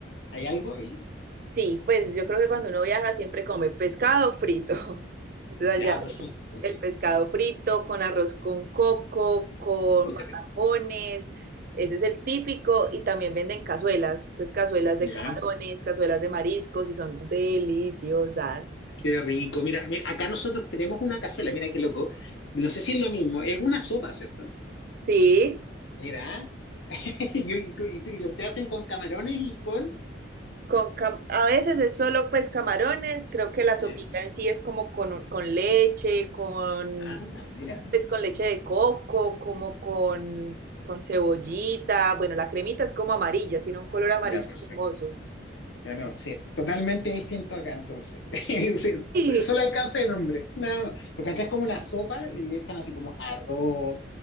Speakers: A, on the left; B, on the right.
A: ¿Hay algo ahí?
B: Sí, pues yo creo que cuando uno viaja siempre come pescado frito. <laughs> Entonces
A: Ya,
B: allá
A: perfecto.
B: el pescado frito con arroz con coco, con
A: Oh,
B: patacones,
A: qué rico.
B: ese es el típico y también venden cazuelas, entonces cazuelas de
A: Ya,
B: camarones, cazuelas de mariscos y son deliciosas.
A: qué rico. Mira, mira, acá nosotros tenemos una cazuela, mira qué loco. No sé si es lo mismo, es una sopa, ¿cierto?
B: Sí.
A: Mira, <laughs> y, y, y, y lo ustedes hacen con camarones y con...
B: Con cam- a veces es solo pues camarones, creo que la sopita
A: Ya,
B: en sí es como con, con leche, con
A: ah, mira,
B: pues con leche de coco, como con, con cebollita, bueno, la cremita es como amarilla, tiene un color amarillo
A: ya, perfecto.
B: cremoso.
A: No, no, sí, totalmente distinto acá entonces. <laughs> Sí, sí,
B: Sí.
A: solo alcance de nombre, nada más. Porque acá es como una sopa, y le echan así como arroz,